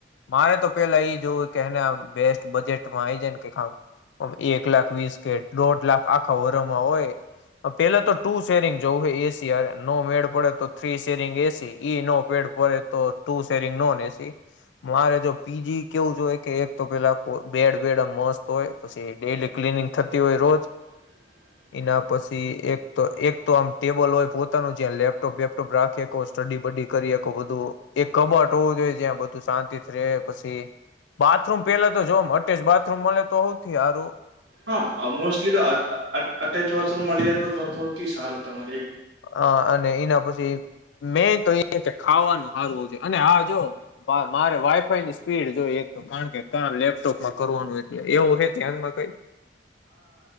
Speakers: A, on the left; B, on the right.
A: મારે તો પેલા એ જોું કેને બેસ્ટ બજેટમાં આ જાય ને કે એક લાખ વીસ કે દોઢ લાખ આખા વરમાં હોય પેલા તો ટુ શેરિંગ જોવું હોય એસી અ નો મેડ પડે તો થ્રી શેરિંગ એસી ઈ નો પેડ પડે તો તુ શેરિંગ નો નેસી મારે જો પીજી કેવું જો હોય કે એક તો પેલા બેડ બેડ મસ્ત હોય પછી ડેલી ક્નંગ થતી હોય રોજ
B: હ
A: એના પછી એક તો એક તો આમ ટેબલ હોય પોતાનું જે્યા લેપટોપ વેપટોપ રાખી કો સ્ટડી કબડ્ડી કરી બધું એક કબટ હોવું જોઈએ જ્યાં બધું શાંતિ રહે પછી બાથરૂમ પેલા તો જોવા માટેટે જ બાથરૂમ મળે તો હોઉથી સારું
B: હા મોસ્ટલી તો અટેચ વાથરૂમ મળી જ તો સૌથી સારું તમા
A: હ અને એના પછી મે તો એ કે ખાવાનું હારવું છે અને હ જો મારે વાઈફાઈ ની સ્પીડ જો તો કારણ કે ક લેપટોપમાં કરવાનું એટલે એવું હે ધ્યાનમાં કઈ